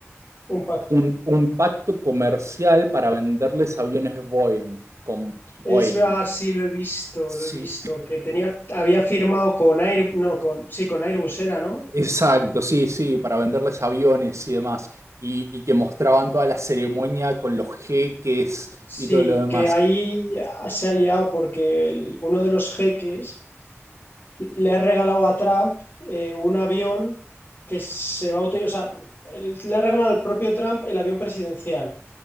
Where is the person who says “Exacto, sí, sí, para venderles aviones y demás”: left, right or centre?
Right